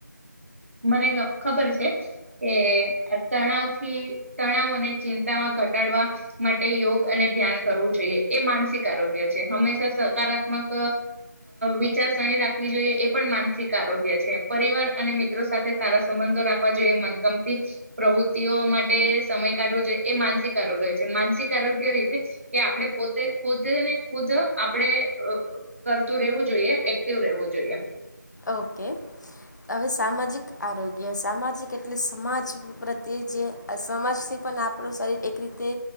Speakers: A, on the right; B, on the left.
A: મને ખબર છે કે તણાવથી તણાવ અને ચિંતામાં ઘટાડવા માટે યોગ અને ધ્યાન કરવું જોઈએ એ માનસિક આરોગ્ય છે હંમેશા સકારાત્મક વિચારસરણી રાખવી જોઈએ એ પણ માન આરોગ્ય છે પરિવાર અને મિત્રો સાથે સારા સંબંધો રાખવા જોઈએ મનગમતી પ્રવૃત્તિઓ માટે સમય કાઢવો જોઈએ એ માનસિક આરોગ્ય છે માનસિક આરોગ્ય રીતે કે આપણે પોતે ખુદ ને ખુદ આપણેે કરતું રહેવું જોઈએ એક્ટિવ રહેવું જોઈએ.
B: ઓકે હવે સામાજિક આરોગ્ય સામાજિક એટલે સમાજ પ્રત્યે જે. સમાજથી પણ આપણું શરીર એક રીતે તે